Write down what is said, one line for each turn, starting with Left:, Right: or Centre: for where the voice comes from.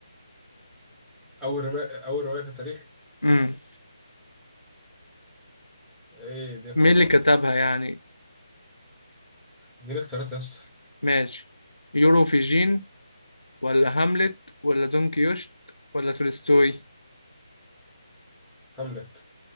Centre: أول رما... أول رواية في التاريخ
Left: امم
Centre: إيه دي اختيارات
Left: مين اللي كتبها يعني
Centre: دي اختيارات يا اسطى
Left: ماشي يوروفيجين ولا هاملت ولا دون كيوشت ولا تولستوي
Centre: هاملت